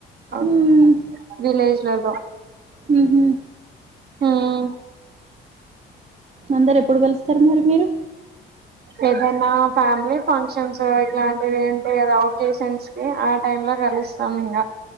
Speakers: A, on the right (about 55°); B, on the right (about 35°).
A: ఒకే
B: మ్మ్
A: విలేజ్లల్లో
B: మ్హూ
A: హుమ్
B: అందరు ఎప్పుడు కలుస్తరు మరి మీరు?
A: ఏదైనా ఫ్యామిలీ ఫంక్షన్స్ ఇట్లాంటివి ఉంటయి కదా ఒకేషన్స్కి ఆ టైం లో కలుస్తామింగ